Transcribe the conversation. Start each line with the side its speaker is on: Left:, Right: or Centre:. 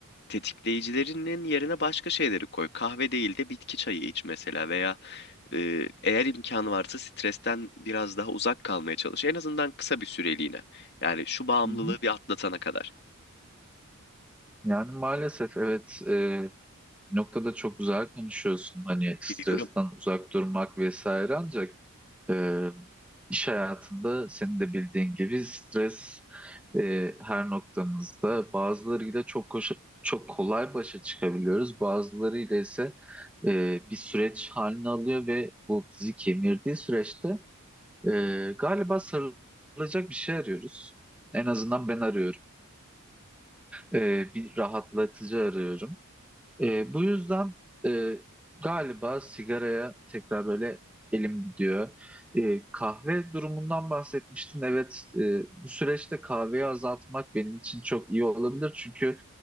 Left: tetikleyicilerinin yerine başka şeyleri koy. Kahve değil de bitki çayı iç mesela veya e, eğer imkanı varsa stresten biraz daha uzak kalmaya çalış. En azından kısa bir süreliğine. Yani şu bağımlılığı
Centre: Hı hı.
Left: bir atlatana kadar.
Centre: Yani maalesef evet e, noktada çok güzel konuşuyorsun hani stresten
Left: Biliyorum.
Centre: uzak durmak vesaire ancak e, iş hayatında senin de bildiğin gibi stres e, her noktamızda bazılarıyla çok koşa- çok kolay başa çıkabiliyoruz bazılarıyla ise e, bir süreç halini alıyor ve bu bizi kemirdiği süreçte e, galiba sarılacak bir şey arıyoruz. En azından ben arıyorum. E, bir rahatlatıcı arıyorum. E, bu yüzden e, galiba sigaraya tekrar böyle elim gidiyor. E, kahve durumundan bahsetmiştin. Evet, e, bu süreçte kahveyi azaltmak benim için çok iyi olabilir. Çünkü